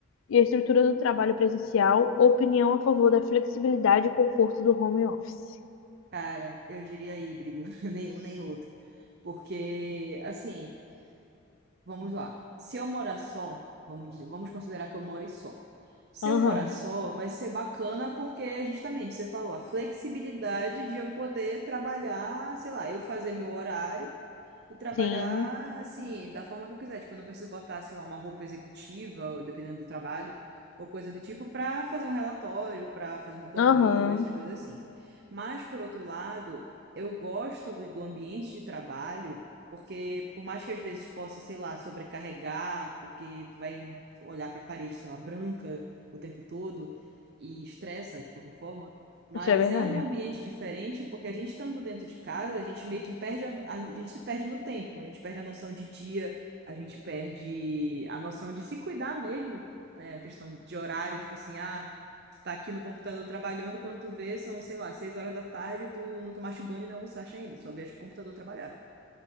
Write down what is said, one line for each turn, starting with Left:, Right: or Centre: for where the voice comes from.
Left: e a estrutura do trabalho presencial, opinião a favor da flexibilidade e conforto do home office.
Right: Cara, eu diria híbrido, <laughs> nenhum nem outro. Porque, assim, vamos lá. Se eu morar só, vamos dizer- vamos considerar que eu moro só. Se
Left: Aham,
Right: eu morar só, vai ser bacana porque, justamente, você falou, a flexibilidade de eu poder trabalhar, sei lá, eu fazer meu horário. E trabalhar,
Left: sim.
Right: assim, da forma que eu quiser. Tipo, eu não preciso botar, sei lá, uma roupa executiva, ou dependendo do trabalho, ou coisa do tipo, pra fazer um relatório, pra fazer uma planilha,
Left: Aham,
Right: essas coisas assim. Mas, por outro lado, eu gosto do, do ambiente de trabalho, porque por mais que às vezes possa, sei lá, sobrecarregar, porque tu vai olhar pra parede, sei lá, branca o tempo todo, e estressa de qualquer forma. Mas
Left: isso é verdade.
Right: é um ambiente diferente porque a gente estando dentro de casa, a gente meio que perde a, a, gente se perde no tempo, a gente perde a noção de dia, a gente perde a noção de se cuidar mesmo, né? A questão de horário, tipo assim, ah, tu tá aqui no computador trabalhando, quando tu vê, são, sei lá, seis horas da tarde, tu não tomaste banho e não almoçaste ainda, só vieste pro computador trabalhar.